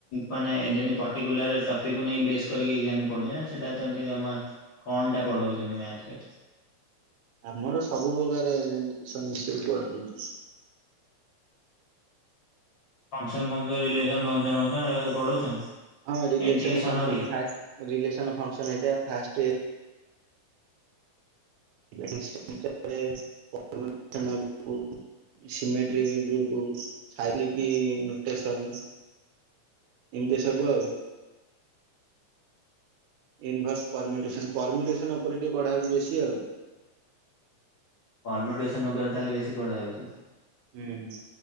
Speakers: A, on the left (about 65°); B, on the right (about 75°).
A: ମାନେ ଯେମିତି ପର୍ଟିକୁଲାର ଟପିକ୍ କୁ ନେଇ ବ କରିକି ମଯେମିତି ସେଟା ତ ଏମିତି ମାନେ କଣ ଟା ପଢଉଛନ୍ତି ମ୍ୟାଥିରେ
B: ଆମର ସବୁ ପ୍ରକାର <unintelligible> ମିଶେଇକି କରି ଦେଇଚୁ।
A: ଫଙ୍କସନ <unintelligible>
B: ହଁ ରିଲେସନ
A: ଏଣ୍ଟିଏସନ
B: ଫକ୍ସନ୍
A: ହରିକା
B: ଫାସ୍ ରିଲେସନ୍ ଫକ୍ସନ ହରିକା ଫାଷ୍ଟ <unintelligible> ସିମେଣ୍ଟରେ କି ଗୃପରୁ ସ <unintelligible> ନୋଟେସନ ଏମିତି ସବୁ ଆଉ। ଇନଭସ୍ ପରିମେଡେସନ୍। ପରିମେଡେସନ୍ଉପରେ ଟିକେ ପଢା ହଉଛି ବେଶୀ ଆଉ।
A: ପରିମେଡେସନ୍ ଉପରେ ତାହେଲେ ବେଶୀ ପଢା ହଉଛି?
B: ହୁଁ।